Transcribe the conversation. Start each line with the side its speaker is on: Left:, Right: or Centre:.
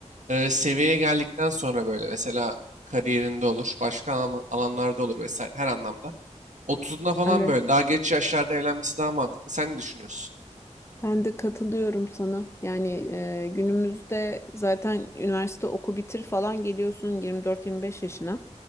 Right: e, seviyeye geldikten sonra böyle mesela kariyerinde olur, başka alan- alanlarda olur vesaire her anlamda. 30'una falan
Left: Ben de.
Right: böyle daha geç yaşlarda evlenmesi daha mantıklı. Sen ne düşünüyorsun?
Left: Ben de katılıyorum sana. Yani e, günümüzde zaten üniversite oku bitir falan geliyorsun 24-25 yaşına.